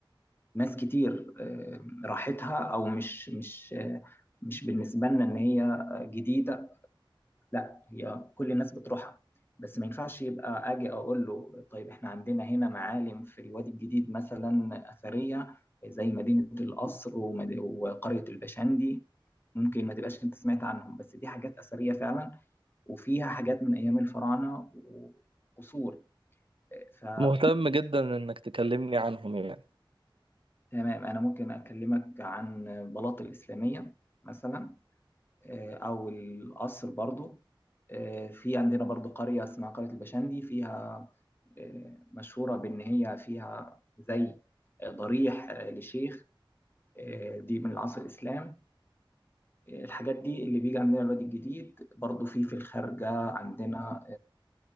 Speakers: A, on the left; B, on the right.
A: ناس كتير آه، راحتها أو مش مش آه، مش بالنسبة لنا إن هي آه، جديدة لا هي كل الناس بتروحها بس ما ينفعش يبقى اجي اقول له طيب احنا عندنا هنا معالم في الوادي الجديد مثلا اثريه زي مدينه القصر ومد- وقريه البشندي ممكن ما تبقاش انت سمعت عنهم بس دي حاجات اثريه فعلا وفيها حاجات من ايام الفراعنه وقصور فتمام
B: مهتم جدا انك تكلمني عنهم يعني
A: انا ممكن اكلمك عن بلاط الاسلاميه مثلا آه، او القصر برضو آه، في عندنا برضو قرية اسمها قرية البشندي فيها آه، مشهورة بإن هي فيها زي آه، ضريح آه، لشيخ آه، دي من العصر الإسلام آه، الحاجات دي اللي بيجي عندنا الوادي الجديد برضو في في الخارجة عندنا